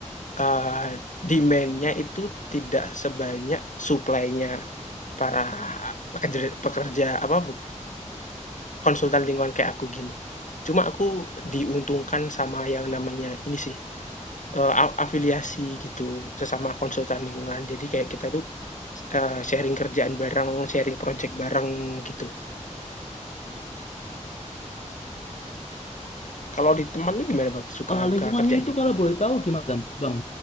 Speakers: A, on the left; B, on the left.
A: Eee, demand-nya itu tidak sebanyak supply-nya para pekerja pekerja apa, konsultan lingkungan kayak aku gini. Cuma aku diuntungkan sama yang namanya ini sih, eee, afiliasi gitu, sesama konsultan lingkungan. Jadi kayak kita tuh, eee, sharing kerjaan bareng, sharing project bareng gitu. Kalau di teman lu gimana Bang, suka
B: Eh,
A: duka
B: lingkungannya
A: kerjaannya
B: itu
A: gitu?
B: kalau boleh tahu gimana, Bang?